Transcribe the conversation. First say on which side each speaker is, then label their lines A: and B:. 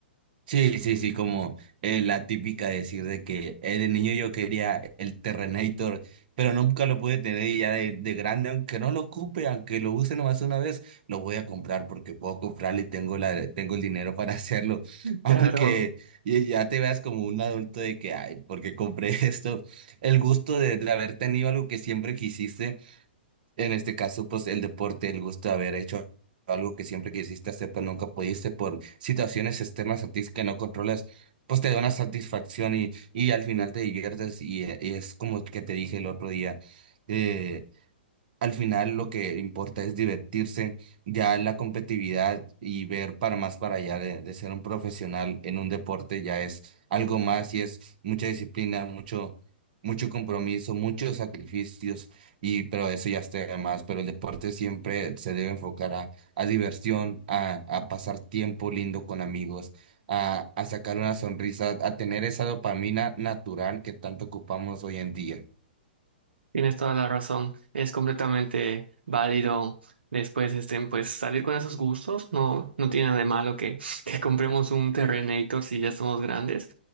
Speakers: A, on the right; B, on the right.
A: Sí, sí, sí, como eh, la típica decir de que eh, de niño yo quería el Terrenator, pero nunca lo pude tener y ya de, de grande, aunque no lo ocupe, aunque lo use nomás una vez, lo voy a comprar porque puedo comprarlo y tengo la, tengo el dinero para hacerlo. <laughs> Aunque
B: Claro.
A: ya ya te veas como un adulto de que, ay, ¿por qué compré <laughs> esto? El gusto de, de haber tenido algo que siempre quisiste en este caso, pues el deporte, el gusto de haber hecho algo que siempre quisiste hacer, pero nunca pudiste por situaciones externas a ti que no controlas, pues te da una satisfacción y, y al final te diviertes y, eh, y es como que te dije el otro día, eh, al final lo que importa es divertirse, ya la competitividad y ver para más para allá de, de ser un profesional en un deporte ya es algo más y es mucha disciplina, mucho, mucho compromiso, muchos sacrificios y pero eso ya está de más, pero el deporte siempre se debe enfocar a, a diversión, a, a pasar tiempo lindo con amigos, a, a sacar una sonrisa, a tener esa dopamina natural que tanto ocupamos hoy en día.
B: Tienes toda la razón, es completamente válido después este, pues salir con esos gustos, no, no tiene nada de malo que, <laughs> que compremos un Terrenator si ya somos grandes.